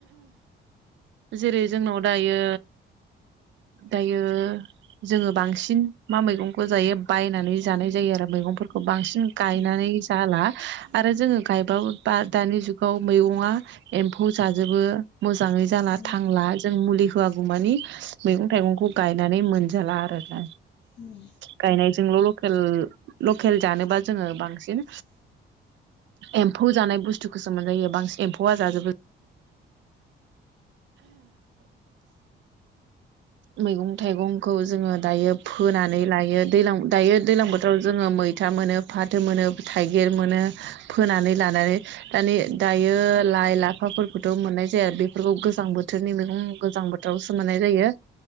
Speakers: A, on the right; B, on the left.
A: जेरै जोंनाव दायो दायो जोङो बांसिन मा मैगंखौ जायो बायनानै जानाय जायो आरो मैगं फोरखौ बांसि गायनानै
B: उम
A: जाला आरो जोङो गायबाबो बा दानि जुगाव मैगङा एम्फौ जाजोबो मोजाङै जाला
B: उम
A: थांला जों मुलि होआगौ मानि मैगं थाइगंखौ गायनानै मोनजाला आरोना
B: उम
A: गायनाय जोंल लकेल लकेल जानोबा जोङो बांसिन एम्फौ जानाय बुस्थुखौसो मोनजायो बांसिन एम्फौआ जाजोबो मैगं थाइगंखौ जोङो दायो फोनानै लायो दैलां दायो दैलां बोथोराव जोङो मैथा मोनो फाथो मोनो थाइगिर मोनो फोनानै लानानै दानि दायो लाइ लाफाफोरखौथ मोननाय जाया बेफोरखौ गोजां बोथोरनि मैगं गोजां बोथोरावसो मोननाय जायो